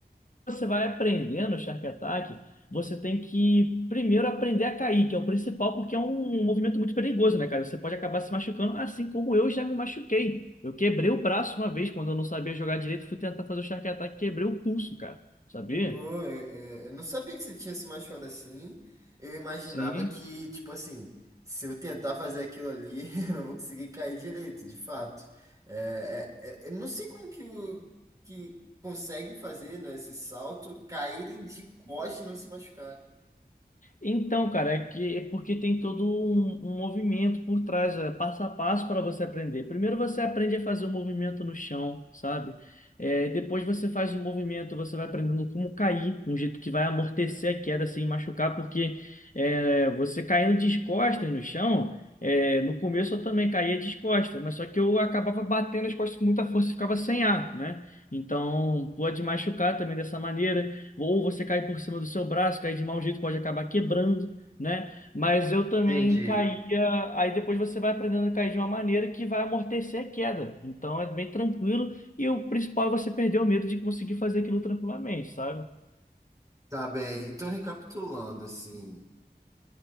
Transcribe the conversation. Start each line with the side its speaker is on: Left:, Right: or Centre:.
Left: você vai aprendendo o Shark Attack, você tem que primeiro aprender a cair, que é o principal, porque é um um movimento muito perigoso, né, cara? Você pode acabar se machucando, assim como eu já me machuquei. Eu quebrei o braço uma vez quando eu não sabia jogar direito, fui tentar fazer o Shark Attack, quebrei o pulso, cara. Sabia?
Right: Pô, eu, eu- eu não sabia que você tinha se machucado assim. Eu imaginava
Left: Sim.
Right: que, tipo assim, se eu tentar fazer aquilo ali, <laughs> eu não vou conseguir cair direito, de fato. É, é- é- eu não sei como que, o, que conseguem fazer, né, esse salto, caírem de costa e não se machucar.
Left: Então, cara, é que é porque tem todo um, um movimento por trás, é, passo a passo para você aprender. Primeiro você aprende a fazer o movimento no chão, sabe? É, depois você faz o movimento, você vai aprendendo como cair, um jeito que vai amortecer a queda sem machucar, porque é, você caindo descostas no chão, é, no começo eu também caía descostas, mas só que eu acabava batendo as costas com muita força e ficava sem ar, né? Então pode machucar também dessa maneira ou você cair por cima do seu braço, cair de mau jeito, pode acabar quebrando, né? Mas eu também
Right: Entendi.
Left: caía, aí depois você vai aprendendo a cair de uma maneira que vai amortecer a queda. Então é bem tranquilo e o principal é você perder o medo de conseguir fazer aquilo tranquilamente, sabe?
Right: Tá bem. Então, recapitulando, assim,